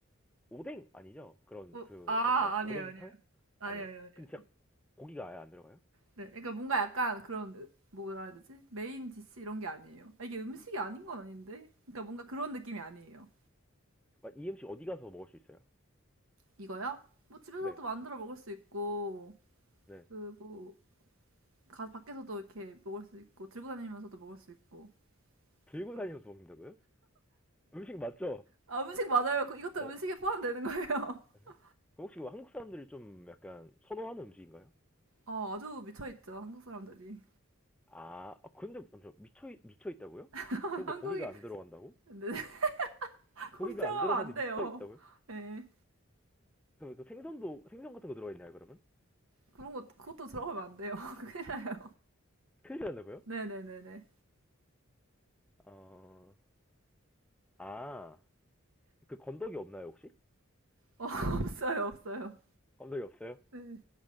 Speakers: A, in the centre; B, on the right (about 75°).
A: 오뎅 아니죠?
B: <laughs>
A: 그런
B: 어,
A: 그
B: 아,
A: 약간
B: 아니에요,
A: 오뎅탕
B: 아니에요. 아니에요,
A: 아니에요?
B: 아니에요.
A: 근데
B: 아니에요.
A: 진짜 고기가 아예 안 들어가요?
B: 네. 그러니까 뭔가 약간 그런, 으- 뭐라 해야 되지? 메인 디시 이런 게 아니에요. 아, 이게 음식이 아닌 건 아닌데? 그러니까 뭔가 그런 느낌이 아니에요.
A: 아, 이 음식 어디 가서 먹을 수 있어요?
B: 이거요? 뭐 집에서도
A: 네,
B: 만들어 먹을 수 있고,
A: 네,
B: 그, 뭐, 가, 밖에서도 이렇게 먹을 수 있고, 들고 다니면서도 먹을 수 있고.
A: 들고
B: 그럼.
A: 다니면서 먹는다고요? 음식 맞죠?
B: 아, 음식 맞아요. 그- 이것도
A: 아,
B: 음식에 포함되는 거예요.
A: 네. 그럼
B: <laughs>
A: 혹시 그 한국 사람들이 좀 약간 선호하는 음식인가요?
B: 아, 아주 미쳐있죠. 한국 사람들이.
A: 아, 아, 근데 먼저 미쳐 있- 미쳐 있다고요?
B: <laughs>
A: 그런데
B: 한국이,
A: 고기가 안 들어간다고?
B: 근데 <laughs> 거기
A: 고기가
B: 들어가면
A: 안 들어가는데
B: 안 돼요.
A: 미쳐 있다고요?
B: 예.
A: 그럼 그 생선도 생선 같은 거 들어가 있나요, 그러면?
B: 그런 거 그것도 들어가면 안 돼요. <laughs> 큰일 나요.
A: 큰일 난다고요?
B: 네네네네.
A: 어, 아, 그 건더기 없나요, 혹시?
B: 어, <laughs> 없어요, 없어요.
A: 건더기 없어요?
B: 네.